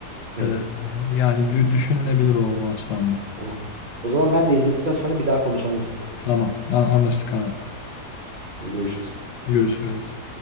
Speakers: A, on the right (about 45°); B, on the left (about 85°).
A: Evet,
B: Ee, yani dü- düşünülebilir o, o açıdan da.
A: tamam. O zaman ben de izledikten sonra bir daha konuşalım üstüne.
B: Tamam. A- anlaştık abi.
A: Görüşürüz.
B: Görüşürüz.